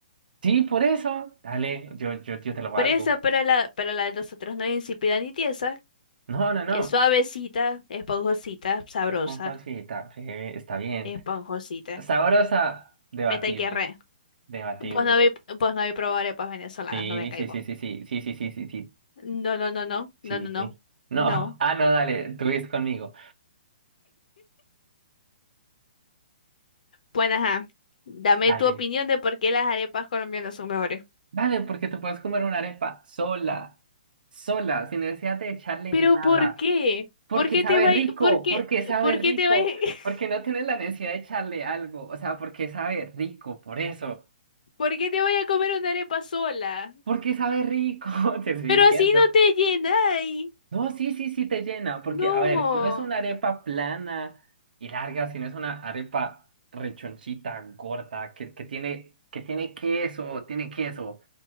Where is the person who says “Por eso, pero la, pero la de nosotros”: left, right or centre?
Left